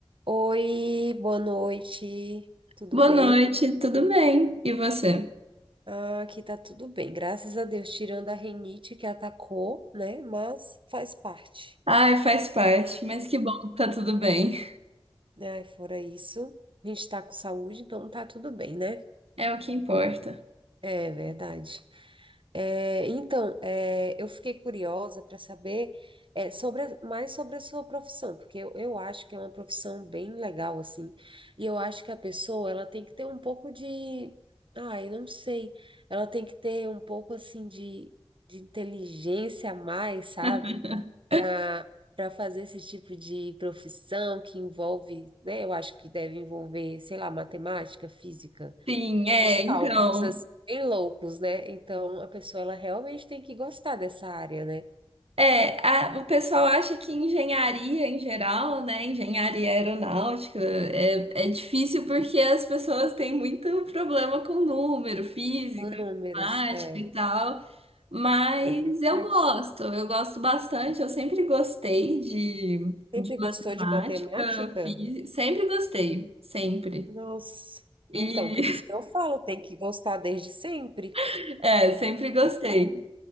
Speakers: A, on the right (about 60°); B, on the right (about 80°).
A: Oi, boa noite, tudo
B: Boa
A: bem?
B: noite, tudo bem? E você?
A: Ah, aqui tá tudo bem, graças a Deus, tirando a rinite que atacou, né? Mas faz parte,
B: Ai, faz parte, mas que bom que tá tudo bem.
A: né? Fora isso, a gente tá com saúde, então tá tudo bem, né?
B: É o que importa.
A: É verdade. É, então, é, eu fiquei curiosa para saber é, sobre, a- mais sobre a sua profissão, porque eu, eu acho que é uma profissão bem legal, assim, e eu acho que a pessoa, ela tem que ter um pouco de, ai, não sei, ela tem que ter um pouco, assim, de, de inteligência a mais, sabe?
B: <laughs>
A: Para para fazer esse tipo de profissão que envolve, né, eu acho que deve envolver, sei lá, matemática, física
B: Sim, é,
A: os cálculos,
B: então.
A: assim, bem loucos, né? Então, a pessoa, ela realmente tem que gostar dessa área, né?
B: É, a- o pessoal acha que engenharia em geral, né? Engenharia aeronáutica é, é difícil porque as pessoas têm muito problema com número, física,
A: Com números,
B: matemática
A: é,
B: e tal. Mas
A: é verdade.
B: eu gosto, eu gosto bastante, eu sempre gostei de,
A: Sempre
B: de matemática,
A: gostou de matemática?
B: fiz, sempre gostei, sempre.
A: Nossa.
B: E
A: Então, por isso que eu falo, tem que gostar desde sempre.
B: <laughs> é, sempre gostei.
A: Tem Como?